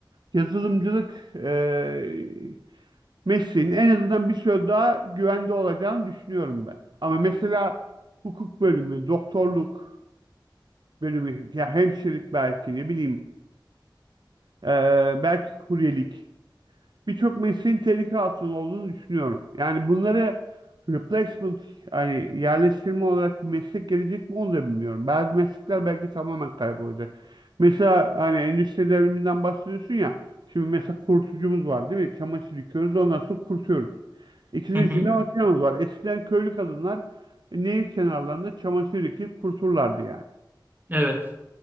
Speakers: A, on the right (about 60°); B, on the right (about 25°).
A: yazılımcılık e, Messi'nin en azından bir süre daha güvende olacağını düşünüyorum ben. Ama mesela hukuk bölümü, doktorluk bölümü, ya hemşirelik belki ne bileyim, eee, belki kuryelik birçok mesleğin tehlike altında olduğunu düşünüyorum. Yani bunları replacement hani yerleştirme olarak bir meslek gelecek mi onu da bilmiyorum. Bazı meslekler belki tamamen kaybolacak. Mesela hani endüstri devriminden bahsediyorsun ya. Şimdi mesela kurutucumuz var değil mi? Çamaşır yıkıyoruz ondan sonra kurutuyoruz. İkisinin
B: Hı hı.
A: içinde makinamız var. Eskiden köylü kadınlar nehir kenarlarında çamaşır yıkayıp kuruturlardı yani.
B: Evet.